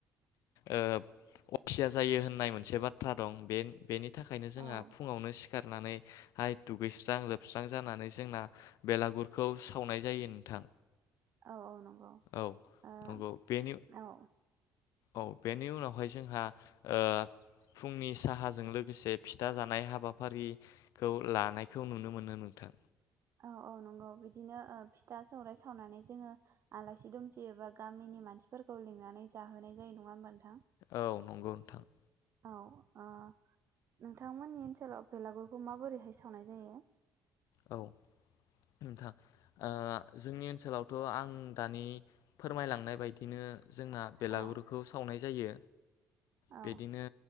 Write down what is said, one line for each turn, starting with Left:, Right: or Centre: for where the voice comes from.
Left: ओ खुथिया जायो होननाय मोनसे बाथ्रा दं बे बेनि थाखायनो
Right: औ
Left: जोंहा फुङावनो सिखार नानै हाय दुगैस्रां लोबस्रां जानानै जोंना बेलागुरखौ सावनाय जायो नोंथां
Right: औ औ नंगौ
Left: औ
Right: ओ
Left: नंगौ बेनि
Right: औ
Left: औ बेनि उनावहाय जोंहा ओ फुंनि साहाजों लोगोसे फिथा जानाय हाबाफारिखौ लानायखौ नुनो मोनो नोंथां
Right: औ औ नंगौ बिदिनो ओ फिथा सौराय सावनानै जोङो आलासि दुमसि एबा गामिनि मानसिफोरखौ लिंनानै जाहोनाय जायो नङा होनबा नों
Left: औ नंगौ <inaudible>
Right: औ ओ नोंथांमोननि ओनसोलाव बेलागुरखौ माबोरैहाय सावनाय जायो
Left: औ नोंथां ओ जोंनि ओनसोलावथ आं दानि फोरमायलांनाय बायदिनो जोंना बेलागुरुखौ
Right: औ
Left: सावनाय जायो
Right: औ
Left: बिदिनो